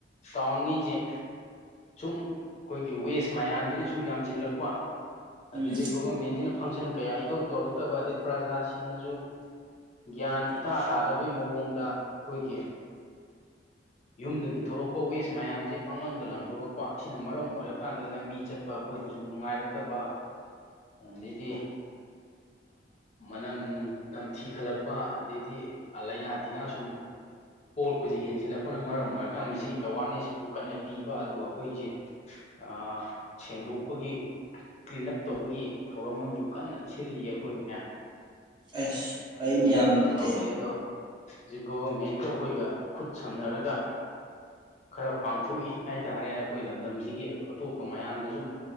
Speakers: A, on the left (about 40°); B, on the right (about 25°).
A: ꯇꯥꯎꯟꯉꯩꯁꯦ ꯁꯨꯝ ꯑꯩꯈꯣꯏꯒꯤ ꯋꯦꯁ ꯃꯌꯥꯝꯁꯤꯅ ꯁꯨꯝ ꯌꯥꯝꯁꯤꯜꯂꯛꯄ
B: ꯎꯝ
A: ꯑꯗꯩꯗꯤ ꯒꯣꯚꯔꯃꯦꯟꯁꯤꯅ ꯐꯪꯁꯟ ꯀꯌꯥ ꯏꯇꯧ ꯇꯧꯔꯛꯇꯕ ꯑꯗꯩ ꯄ꯭ꯔꯖꯥꯁꯤꯡꯅꯁꯨ ꯒ꯭ꯌꯥꯟ ꯏꯇꯥ ꯇꯥꯗꯕꯩ ꯃꯑꯣꯡꯗ ꯑꯩꯈꯣꯏꯒꯤ ꯌꯨꯝꯗꯒꯤ ꯊꯣꯔꯛꯄ ꯋꯦꯁ ꯃꯌꯥꯝꯁꯦ ꯄꯥꯡꯂꯪꯗ ꯂꯪꯊꯣꯛꯔꯛꯄ ꯑꯁꯤꯅ ꯃꯔꯝ ꯑꯣꯏꯔꯀꯥꯟꯗ ꯂꯝꯕꯤ ꯆꯠ ꯆꯠꯄ ꯑꯩꯈꯣꯏꯗ ꯁꯨꯝ ꯅꯨꯡꯉꯥꯏꯔꯛꯇꯕ ꯑꯗꯩꯗꯤ ꯃꯅꯝ ꯅꯝꯊꯤ ꯈꯠꯂꯛꯄ ꯑꯗꯩꯗꯤ ꯂꯩꯅꯥ ꯇꯤꯟꯅꯥ ꯁꯨꯝ ꯄꯣꯛꯂꯛꯄꯁꯤ ꯍꯦꯟꯖꯤꯜꯂꯛꯄꯅ ꯃꯔꯝ ꯑꯣꯏꯔꯀꯥꯟ ꯃꯁꯤ ꯑꯦꯋꯥꯔꯅꯦꯁꯁꯨ ꯀꯟꯅ ꯄꯤꯕ ꯑꯗꯨꯒ ꯑꯩꯈꯣꯏꯁꯦ ꯑꯥ ꯁꯦꯡꯗꯣꯛꯄꯒꯤ ꯀ꯭ꯂꯤꯟ ꯑꯞ ꯇꯧꯕꯒꯤ ꯊꯧꯔꯝ ꯑꯃꯁꯨ ꯀꯟꯅ ꯁꯤꯜꯂꯤꯌꯦ ꯑꯩꯈꯣꯏ ꯃꯌꯥꯝ
B: ꯑꯁ ꯐꯩꯅꯦ
A: ꯑꯗꯨꯅ
B: ꯏꯌꯥꯝꯕꯗꯨꯗꯤ
A: ꯇꯧꯔꯤ ꯑꯗꯣ ꯍꯧꯖꯤꯛ ꯒꯣꯚꯔꯃꯦꯟꯒ ꯑꯩꯈꯣꯏꯒ ꯈꯨꯠ ꯁꯝꯅꯔꯒ ꯈꯔ ꯄꯥꯡꯊꯣꯛꯏ ꯍꯥꯏꯇꯥꯔꯦ ꯑꯩꯈꯣꯏ ꯂꯝꯗꯝꯁꯤꯒꯤ ꯑꯗꯣ ꯑꯇꯣꯞꯄ ꯃꯌꯥꯝꯗꯁꯨꯨ